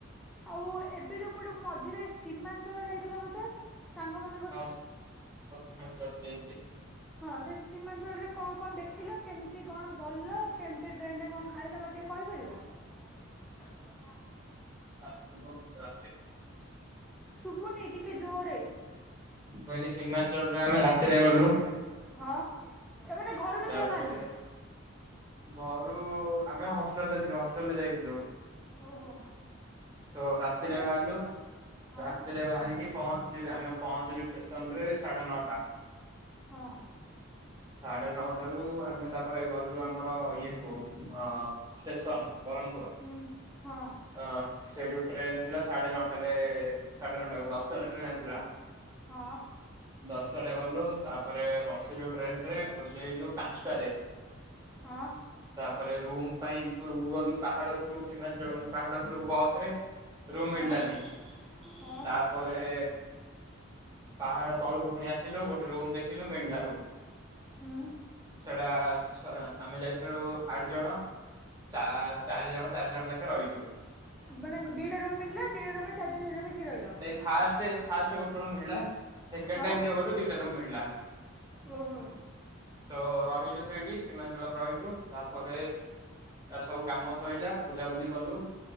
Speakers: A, in the centre; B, on the right.
A: ଆଉ ଏବେ ଯୋଉ କୋଉଠୁ ମଝିରେ ସୀମାଞ୍ଚଳ ଯାଇଥିଲ ବୋଧେ ସାଙ୍ଗମାନେ?
B: ହ ହସିଞ୍ଚଡ଼ ଯାଇି <inaudible>
A: ହଁ ସେ ସୀମାଞ୍ଚଳରେ କଣ କଣ ଦେଖିଲ କେମିତି କଣ ଗଲ କେମିତି ଟ୍ରେନରେ କଣ ଖାଇଲ ମ ତେ ଟିକେ କହିପାରିବ?
B: ହ <inaudible>
A: କିନ୍ତୁ ମ୍ୟାମ୍ ଙ୍କ ଉପରେ।
B: <unintelligible>
A: ଶୁଭୁନି ଟିକେ ଜୋରେ।
B: ମୁଁ କହିଲି ସୀମାଞ୍ଚଳରେ ଆମେ ରାତିରେ ଗଲୁ।
A: ହଁ। ତା ମାନେ ଘରୁ କେତେବେଳେ
B: ତାପରେ
A: ବାହାଲେ?
B: ଘରୁ ଆମେ ହଷ୍ଟେଲରେ ଥିଲୁ ହଷ୍ଟେଲରୁ ଯାଇଥିଲୁ।
A: ଓହୋ
B: ତ ରାତିରେ
A: ତା'ପରେ
B: ବାହାରିଲୁ।
A: ହଁ
B: ରାତିରେ ବାହାରିକି। ପହଞ୍ଚିଲୁ ଆମେ ପହଞ୍ଚିଲୁ ଷ୍ଟେସନରେ ସାଢେ ନଅଟା।
A: ହଁ।
B: ସାଢେ ନଅଟାରୁ ଆମେ ତାପରେ ଗଲୁ ଆମ ଆମର ଇଏକୁ ଷ୍ଟେସନ ବରମପୁରୁ।
A: ହୁଁ ହଁ।
B: ଅ ସେ ଯୋଉ ଟ୍ରେନେ ଥିଲା ସାଢେ ନଅଟାରେ ସାଢେ ନଅଟା ଦଶଟାରେ ଟ୍ରେନେ ଥିଲା।
A: ହଁ।
B: ଦଶଟାରେ ଗଲୁ ତାପରେ ବସିଲୁ ଟ୍ରେନେରେ ଓହ୍ଲେଇଲୁ ପାଞ୍ଚଟାରେ।
A: ହଁ।
B: ତାପରେ ରୁମ୍ ପାଇଁ ଉପରକୁ ଗଲୁ ପାହାଡ ଉପରକୁ ସୀମାଞ୍ଚଳ ପାହାଡ ଉପରକୁ ବସରେ। ରୁମ୍
A: ହଁ
B: ମିଳିଲାନି।
A: ହଁ।
B: ତାପରେ ପାହାଡ଼ ତଳକୁ ପୁଣି ଆସିଲୁ ଗୋଟେ ରୁମ୍ ଦେଖିଲୁ ମିଳିଲା ରୁମ୍।
A: ହୁଁ।
B: ସେଡା ଆଛୁ। ହଁ ଆମେ ଯାଇଥିଲୁ ଆଡ଼ ଜଣ। ଚାରି ଜଣ ଚାରି ଜଣ ଲେଖେ ରହିଲୁ।
A: ମାନେ ଦୁଇଟା ରୁମ୍ ମିଳିଲା ଦୁଇଟା ରୁମ୍ରେ ଚାରିଜଣ ଚାରିଜଣ ମିଶିକି ରହିଲ
B: ନାଇ ଫାଷ୍ଟେ ଫାଷ୍ଟେ ଗୋଟେ ରୁମ୍ ମିଳିଲା। ସେକେଣ୍ଡେ
A: ହଁ
B: ଟାଇମ୍ ଯଉ ଗଲୁ ଦିଟା ରୁମ୍ ମିଳିଲା।
A: ଓହୋ।
B: ତ ରହିଲୁ ସେଇଠି। ସୀମାଞ୍ଚଳ ରେ ରହିଲୁ। ତାପରେ ଇଆଡ଼େ ସବୁ କାମ ସଇଲା ବୁଲାବୁଲି କଲୁ।